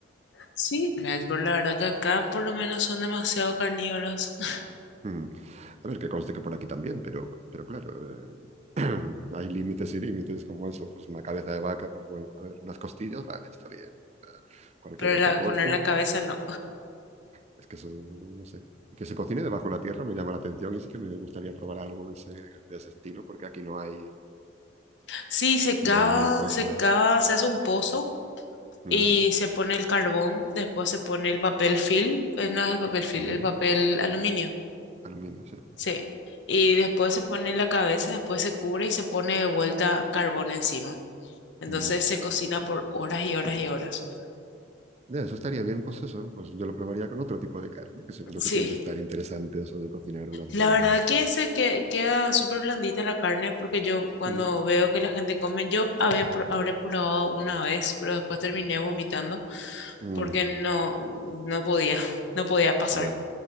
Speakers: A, on the left; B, on the right.
A: Sí, gracias por la verdad que acá por lo menos son demasiado carnívoros, <laughs>
B: mm, a ver, que conste que por aquí también, pero, pero claro, eh, <clears throat> hay límites y límites como eso, pues una cabeza de vaca, pues bueno, a ver, unas costillas, vale, está bien. Eh, Cualquier
A: pero
B: otro
A: la-
B: corte.
A: poner la cabeza no.
B: Es que eso, no sé. Y que se cocine debajo de la tierra me llama la atención y sí que me gustaría probar algo de ese, de ese estilo, porque aquí no hay,
A: Sí, se
B: no
A: cava,
B: hay cosas.
A: se cava, se hace un pozo
B: Mm,
A: y se pone el carbón, después se pone el papel film, eh, no es el papel film,
B: ujú.
A: el papel aluminio,
B: Aluminio, sí.
A: sí. Y después se pone la cabeza, después se cubre y se pone de vuelta carbón encima. Entonces
B: Mm.
A: se cocina por horas y horas y horas.
B: De eso estaría bien, pues eso, pues yo lo probaría con otro tipo de carne, que seguro
A: Sí,
B: que tiene que estar interesante eso de cocinar durante
A: La
B: horas.
A: verdad que se que, queda súper blandita la carne porque yo cuando
B: Mm,
A: veo que la gente come, yo habré, pro- habré probado una vez, pero después terminé vomitando
B: mm,
A: porque no, no podía, <laughs> no podía pasar.
B: Ya,